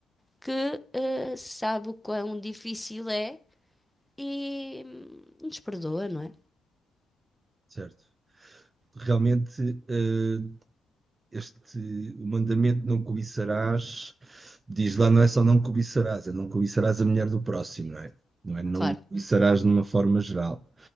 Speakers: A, in the centre; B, on the right (about 35°).
A: que eh, sabe o quão difícil é e hum, nos perdoa, não é?
B: certo? Realmente, eh, este, o mandamento não cobiçarás, diz lá, não é só não cobiçarás, é não cobiçarás a mulher do próximo, não é? Não é não
A: Claro.
B: cobiçarás de uma forma geral.